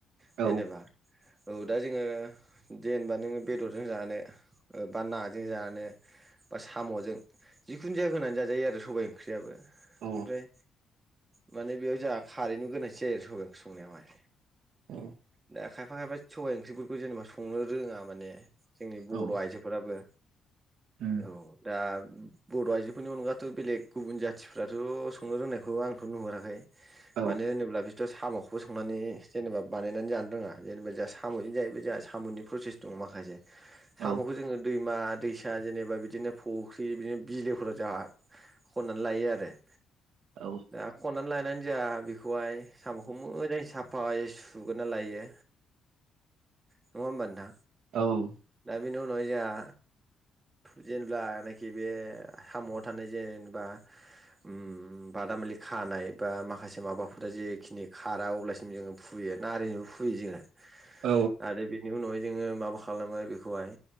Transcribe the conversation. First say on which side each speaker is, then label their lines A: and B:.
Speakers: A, on the right; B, on the right.
A: औ
B: जेनेबा। औ दा जोङो जेनेबा नोङो बेदरजों जानो बा नाजों जानो बा साम'जों जिखुनुजाया होनानै जाजायो आरो सबाय ओंख्रियाबो।
A: औ
B: ओमफ्राय माने बेयाव जोंहा खारैनिनो गोनांथि जायो आरो सबाइ ओंख्रि संनायावहाय।
A: औ
B: दा खायफा खायफा सबाइ ओंख्रिफोरखौ जेनेबा संनो रोङा माने। जोंनि बर'
A: औ
B: आइजोफोराबो।
A: उम
B: औ दा बर' आइजोफोरनि अनगाथ' बेलेग गुबुन जाथिफ्राथ' संनो रोंनायखौ आंथ' नुहुराखै।
A: औ
B: मानो होनोब्ला बि सोर साम'खौबो संनानै जेनेबा बानायनानै जानो रोङा जेनेबा जोंहा साम'जों जायोबा जोंहा साम'नि प्रसेस दङ माखासे। साम'खौ
A: औ
B: जोङो दै मा दैसा जेनेबा बिदिनो फख्रि बि बिदिनो बिलोफोराव जाहा खननानै लायो आरो ।
A: औ
B: दा खननानै लायनानै जा बिख बेखौहाय साम'खौ मोजां साब फाय सुगोना लायो नङा होमबा नोंथां?
A: औ उम
B: दाबिनि उनाव हाय जाहा जेनेबा नाइक खि बे साम'आव थानाय जेनेबा ओम बादामालि खानाय बा माखासे माबाफोरा जेखिनि खारा अब्लासिम जोङो फुयो नारिजोबो फुयो जोङो ।
A: औ
B: आरो बिनि उनावहाय जोङो माबा खालामो बेखौहाय